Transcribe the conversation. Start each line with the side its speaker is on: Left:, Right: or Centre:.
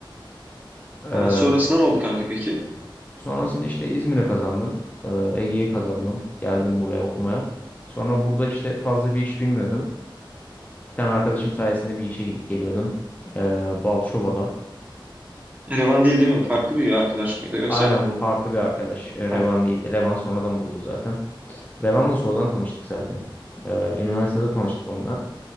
Left: Ee,
Right: Ha, sonrasında ne oldu kanka peki?
Left: sonrasında işte İzmir'e kazandım. Ee, Ege'ye kazandım. Geldim buraya okumaya. Sonra burada işte fazla bir iş bilmiyordum. Bir tane arkadaşım sayesinde bir işe gidip geliyordum. Ee, Balçova'da.
Right: Revan değil değil mi? Farklı bir arkadaş mıydı? Yoksa
Left: Aynen bu farklı bir arkadaş. Ee,
Right: Ha.
Left: Revan değildi. Revan sonradan buldu zaten. Revan'la sonradan tanıştık zaten. Ee, üniversitede tanıştık onunla.